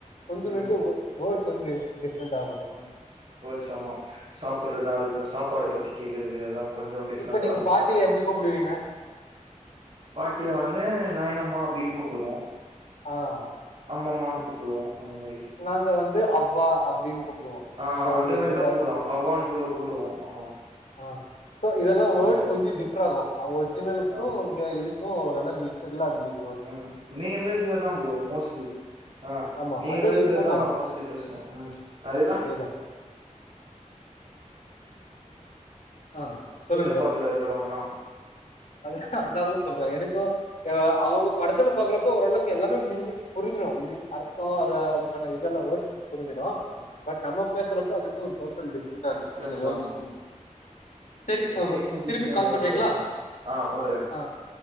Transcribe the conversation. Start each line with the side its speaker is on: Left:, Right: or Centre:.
Left: கொஞ்சோ
Right: ம்
Left: கொஞ்சோ வேட்ஸ் வந்து டிஃப்ரெண்ட் ஆகும்
Right: ம் ஓட்ஸ் ஆமா சாப்டுறத இருக்கட்டு சாப்பாட பத்தி கேக்குறது அதா கொஞ்சோ டிஃப்ரெண்டா
Left: இப்ப நீங்க
Right: இருக்கு
Left: பாட்டி எப்டி கூப்பிடுவீங்க
Right: பாட்டிய வந்து நையனம்மா அப்டின்னு கூப்பிடுவோம்
Left: அ
Right: அம்மம்மான்னு கூப்பிடுவோம் அந்த மாரி
Left: நாங்க வந்து அவ்வா அப்டின்னு கூப்பிடுவோ
Right: அ அந்த
Left: ஒரு
Right: மாரி
Left: இதுல
Right: தான் கூப்டுவோம் அவ்வான்னு கூட கூடுவோ ஆமா
Left: அ சோ இதெல்லா
Right: அந்த
Left: வேட்ஸ்
Right: மாரிதா
Left: கொஞ்சோ டிஃபரெண்ட் ஆகும் ஒரிஜினலுக்கும்
Right: ஆ
Left: இதுக்கும் ஒரு <unintelligible>
Right: ம் நீங்க பேசுனதுதா ப்ரோ மோஸ்ட்லி அ
Left: ஆமா
Right: நீங்க
Left: அதா
Right: பேசுறது
Left: யூஸ் பண்ணுவோ
Right: தான் மோஸ்ட்லி பேசுவோம் ம் அதுதான்
Left: அதேதா ஆ சொல்லுங்க
Right: ஹைதராபாத்ல
Left: ப்ரோ
Right: இருக்குறவங்க தான்
Left: அது அந் ஆள்தா சொல்றா எனக்கோ ஆ அவ்ங்க படத்துல பாக்குறப்ப ஓரளவுக்கு எல்லாமே மீனிங் புருஞ்சுரு மீன் அர்த்தோ அத அதுக்கான இதெல்லா வோர்ட்ஸ் புருஞ்சுரு
Right: ம்
Left: பட் நம்ம பேசறப்போ அதுக்கு ஒரு டவ்ட் கள் டிஃப்ரெண்டா ருக்கு
Right: டிஃப்ரென்ஸ்
Left: அந்த வேட்ஸ்
Right: ஆமா
Left: ஃபுல்லு சரி
Right: டைம்
Left: ப்ரோ
Right: முடிஞ்சிச்சுன்னு
Left: திருப்பி கால்
Right: நெனைக்கிறே
Left: பண்றீங்களா
Right: ப்ரோ ஆ பண்றே
Left: ஆ